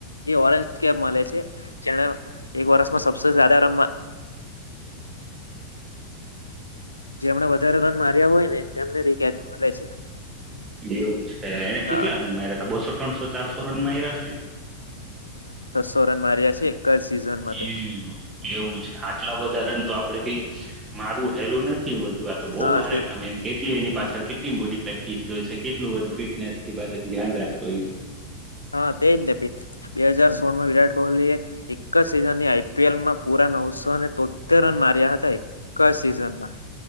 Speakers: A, on the left (about 85°); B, on the right (about 15°).
A: એ ઓરેન્જ કેપ મલે છે જેને એક વર્ષમાં સ જાદા રમાં જેમણે વધારે રન માર્યા હોય ને તેમને રીકેજ મલે છે.
B: એવું છે એને કેટલા
A: હા
B: રન મા્યા હતા બસો ત્રણસો ચારસો રન માયા આવ્યા છે.
A: સો રન માર્યા છે. જ સિઝનમાં તેમણે
B: એ એવું આટલા બધા રન તો આપડે કઈ મારું હેલું ન થી વધુ આ તો બહુ
A: હા
B: ભારે
A: તે
B: કમે કેટલી એની પાછળ કેટલી મોટી પ્રેક્ટિસ જોય છે કેટલું બધું ફિટનેસ થી ધ્યાન રાખતો હોય છે.
A: હા તેજ ને બે હાજાર સોળ માં વિરાટ કોહલી એ એક સીઝની આ પીઅવલમાં પુરા નવસો ને તોતેર રન માર્યા હતા‌એક જ સીઝનમાં